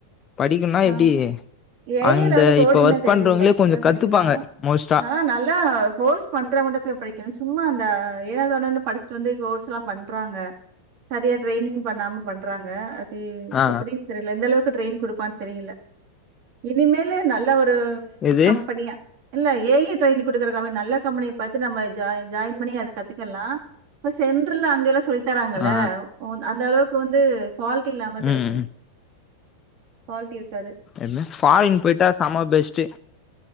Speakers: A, on the left; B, on the right.
A: படிக்கணும்னா
B: ஆஹ்
A: எப்டி
B: ஏ
A: அந்த
B: ஐ ல வந்து கோடிங்லா
A: இப்ப ஒர்க்
B: தேவயில்ல
A: பண்றவங்களே கொஞ்சோ
B: அதாவே
A: கத்துப்பாங்க
B: படிக்கலா
A: மோஸ்ட்டா
B: ஆனா நல்லா கோர்ஸ் பண்றவங்கட்ட போய் படிக்கணு சும்மா அந்த ஏனா தானோனு படிச்சிட்டு வந்து கோர்ஸ்லா பண்றாங்க சரியா ட்ரைனிங் பண்ணாம பண்றாங்க இ
A: ஆ
B: எப்டின் தெரில எந்த அளவுக் கு ட்ரெயினிங் குடுப்பான் தெரியில இனிமேலு நல்ல ஒ ரு
A: எது
B: கம்பெனிய இல்ல ஏ ஐ ட்ரெயினிங் குடுக்குற நம்ம நல்ல கம்ப்பனிய பாத்து நம்ம ஜாய்ன் ஜாய்ன் பண்ணி அது கத்துக்கல்லா சென்ட்ருல அங்கெல்லா சொல்லி தராங்கல்ல
A: ஆ
B: ஒ அந்தளவுக் க்கு வந்து குவால்ட்டி இல்லாமத
A: ம்
B: இருக்கு
A: ம்.
B: குவாலிட்டி இருக்காது
A: என்ன ஃபாரின் போயிட்டா செம பெஸ்ட்டு